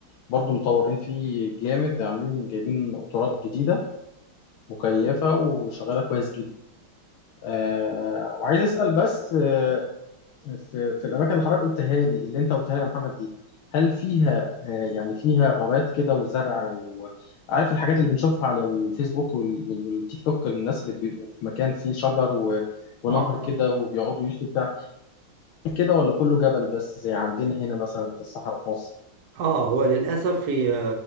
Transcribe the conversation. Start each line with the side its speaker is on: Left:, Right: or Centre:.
Left: برضو مطورين فيه جامد عاملين جايبين قطارات جديده مكيفه وشغاله كويس جدا آه، وعايز اسال بس آه، في, في الاماكن اللي حضرتك قلتها لي اللي انت قلتها لي يا محمد دي هل فيها آه، يعني فيها غابات كده وزرع وعارف الحاجات اللي بنشوفها على الفيسبوك وال- وال- والتيك توك الناس اللي بيبقوا في مكان فيه شجر و... ونهر
Right: اه
Left: كده
Right: اه
Left: وبيقعدوا يشوا بتاع كده ولا كله جبل بس زي عندنا هنا مثلا في الصحراء في مصر
Right: اه هو للاسف هي